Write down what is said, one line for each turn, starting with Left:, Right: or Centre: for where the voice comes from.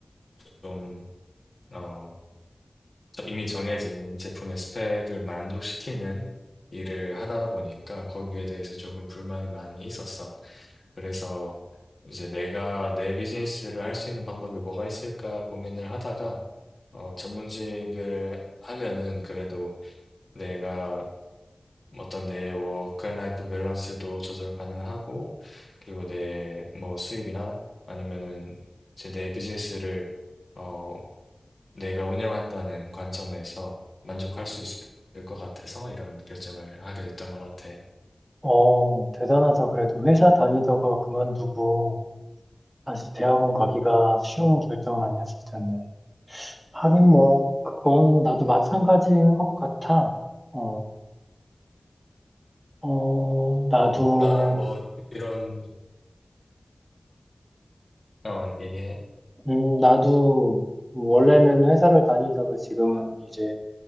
Left: 좀 어 이미 정해진 제품의 스펙을 만족시키는 일을 하다 보니까 거기에 대해서 조금 불만이 많이 있었어. 그래서 이제 내가 내 비즈니스를 할 수 있는 방법이 뭐가 있을까 고민을 하다가 어 전문직을 하면은 그래도 내가 어떤 내 워크앤라이프 밸런스도 조절 가능하고 그리고 내 뭐 수입이나 아니면은 이제 내 비즈니스를 어 내가 운영한다는 관점에서 만족할 수 있을 것 같아서 이런 결정을 하게 됐던 것 같아.
Right: 어, 대단하다. 그래도 회사 다니다가 그만두고 다시 대학원 가기가 쉬운 결정은 아니었을 텐데. 하긴 뭐, 그건 나도 마찬가지인 것 같아. 어, 어, 나도
Left: 어 나는 뭐 이런 어 얘기해.
Right: 음, 나도 원래는 회사를 다니다가 지금은 이제